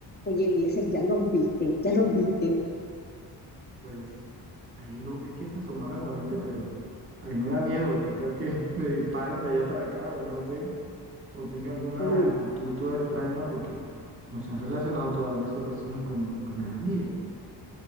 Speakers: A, on the left; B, on the right.
A: Oye, Eliezer, ya los viste, ya los viste.
B: Pues ahí los vi que se asomaron ahorita, pero a mí me da miedo. ¿Qué tal que <laughs> me disparen de allá para acá o no sé? O tenga alguna
A: Pero
B: actitud toda extraña porque no se han relacionado todavía esos vecinos con, con nadie.